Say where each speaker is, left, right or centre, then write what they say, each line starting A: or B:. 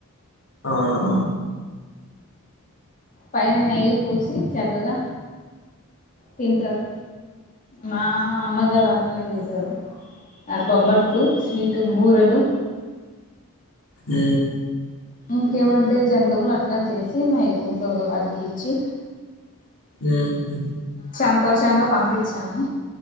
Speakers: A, on the left; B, on the left.
A: అవునా
B: పైన నెయ్యి పూసి చక్కగా తింటారు మా అమ్మగారు అట్లనే చేశారు ఆ బొబ్బట్లు స్వీటు బూరెలు
A: ఊ
B: ఇంకేమై ఉంటే జంతుకులు అట్లా చేసి మా ఇరుగు పొరుగు వారికి ఇచ్చి
A: ఊహూ
B: సంతోషంగా పంపిచ్చాము